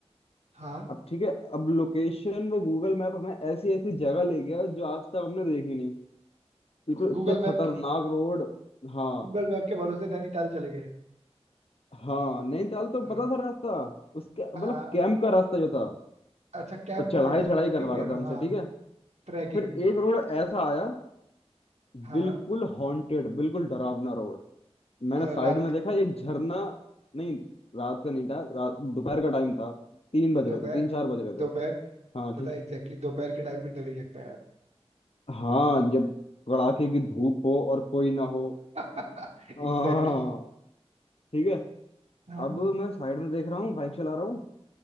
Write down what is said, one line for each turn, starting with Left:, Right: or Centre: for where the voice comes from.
Right: हाँ
Left: अब ठीक है अब लोकेशन वो गूगल मैप हमें ऐसी ऐसी जगह ले गया जो आज तक हमने देखी नहीं बिल्कुल इतने
Right: गूगल मैप
Left: खतरनाक
Right: के
Left: रोड हाँ
Right: गूगल मैप के भरोसे नैनीताल चले गए
Left: हाँ नैनीताल तो
Right: हाँ
Left: पता था रास्ता उसके
Right: हाँ,
Left: मतलब कैंप का रास्ता जो था
Right: अच्छा कैंप
Left: वो चढ़ाई
Right: के रास्ते
Left: चढ़ाई करवा
Right: वही कह
Left: रहा
Right: रहा
Left: था हमसे
Right: हूँ हाँ
Left: ठीक है
Right: ट्रैकिंग
Left: फिर
Right: पे
Left: एक रोड ऐसा आया
Right: हाँ
Left: बिल्कुल हॉन्टेड बिल्कुल डरावना रोड मैंने
Right: अ,
Left: साइड
Right: रात
Left: में देखा एक झरना नहीं रात का नहीं था रात दोपहर का टाइम था तीन बज
Right: दोपहर
Left: रहे थे तीन चार बज रहे
Right: दोपहर
Left: थे हाँ
Right: पता
Left: ठीक
Right: है एग्जैक्टली दोपहर के टाइम भी डर ही लगता है
Left: हाँ जब कड़ाके की धूप हो और कोई ना हो
Right: यार
Left: हाँ
Right: <laughs> एग्जैक्टली
Left: ठीक है
Right: हाँ
Left: अब मैं साइड में देख रहा हूँ बाइक चला रहा हूँ